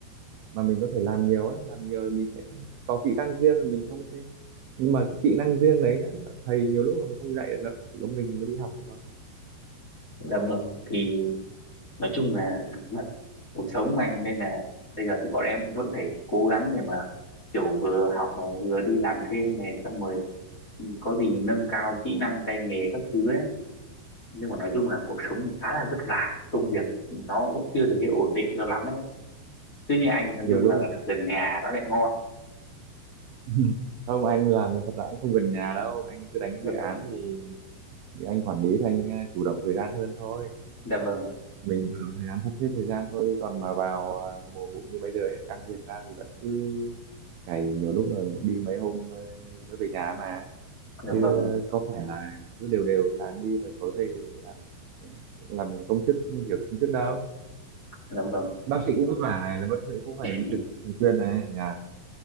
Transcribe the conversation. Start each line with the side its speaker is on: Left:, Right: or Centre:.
Right: mà mình có thể làm nhiều á làm nhiều thì mình sẽ có kỹ năng riêng thì mình không thể nhưng mà cái kỹ năng riêng đấy á, là thầy nhiều lúc là mình không dạy được đâu chỉ có mình mới đi học được thôi
Left: dạ vâng thì nói chung là <laughs> là cuộc sống mà anh nên là bây giờ thì bọn em vẫn phải cố gắng để mà kiểu vừa học này vừa đi làm thêm này xong rồi ừ, có gì nâng cao kỹ năng tay nghề các thứ ấy nhưng mà nói chung là cuộc sống thì khá là vất vả công việc nó cũng chưa được cái ổn định cho lắm ấy tuy nhiên anh nói
Right: nhiều
Left: chung
Right: lúc
Left: là
Right: là
Left: gần nhà nó lại ngon
Right: <laughs> không anh làm thì thật ra cũng không gần nhà đâu anh cứ đánh
Left: dạ
Right: dự án
Left: vâng
Right: thì thì anh quản lý thì anh à, chủ động thời gian hơn thôi
Left: dạ vâng
Right: mình chủ động thời gian sắp xếp thời gian thôi còn mà vào à, mùa vụ như bây giờ ấy, căng việc ra thì vẫn cứ cày nhiều lúc là đi mấy hôm ờ, mới về nhà mà
Left: dạ
Right: chứ
Left: vâng
Right: có phải là cứ đều đều sáng đi rồi tối về làm làm công chức như kiểu công chức đâu
Left: dạ vâng
Right: bác sĩ cũng vất vả này là bác sĩ cũng phải
Left: <laughs>
Right: đi trực thường xuyên này nhà